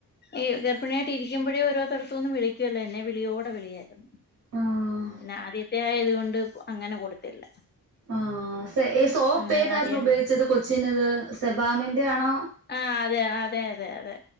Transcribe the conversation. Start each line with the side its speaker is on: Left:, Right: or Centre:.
Left: ഈ ഗർഭണിയായിട്ട് ഇരിക്കുമ്പോഴും ഓരോത്തട്ത്തൊന്നും വിളിക്കുവല്ലോ എന്നെ വിളിയോടെ വിളിയായിരുന്നു
Right: ആഹ്
Left: പിന്നെ ആദ്യത്തെ ആയത് കൊണ്ട് അങ്ങനെ കൊടുത്തില്ല
Right: ആ സോപ്പ്
Left: ആ
Right: ഏതായിരുന്നു
Left: അറിയാ
Right: ഉപയോഗിച്ചത് കൊച്ചിന് അത് സെബാമിന്റെ ആണോ
Left: ആ അതെ അതെ അതെ അതെ